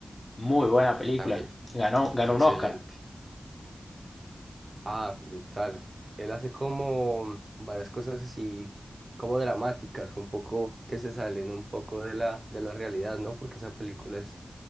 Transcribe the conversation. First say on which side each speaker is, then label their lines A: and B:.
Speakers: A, on the left (about 30°); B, on the right (about 45°).
A: Muy buena película.
B: También
A: Ganó, ganó
B: es excelente.
A: un Oscar.
B: Ah, brutal. Él hace como varias cosas así, como dramáticas, un poco que se salen un poco de la, de la realidad, ¿no? Porque esa película es,